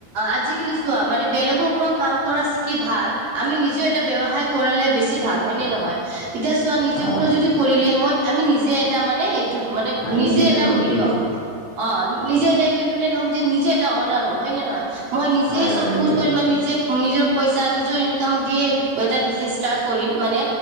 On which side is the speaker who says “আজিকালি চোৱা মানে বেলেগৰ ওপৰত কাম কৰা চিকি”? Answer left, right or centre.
Right